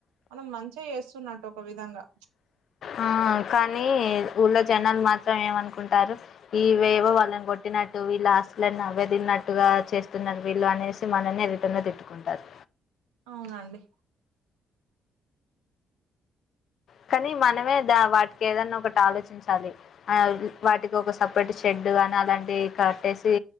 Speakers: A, on the right (about 70°); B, on the left (about 50°).
A: మనం మంచిగా చేస్తున్నట్టు ఒక విధంగా
B: ఆ కానీ ఊళ్ళో జనాలు మాత్రం ఏమనుకుంటారు ఇవేవో వాళ్ళని కొట్టినట్టు వీళ్ళు అస్తులను అవ్వే తినట్టుగా చేస్తున్నారు వీళ్ళు అనేసి మానన్నె రిటర్న్ గా తిట్టుకుంటారు
A: అవునండి
B: కానీ మనమే దా వాటికి ఏదన్నా ఒకటి ఆలోచించాలి ఆ వాటికి ఒక సపరేట్ షెడ్ గాని అలాంటివి కట్టేసి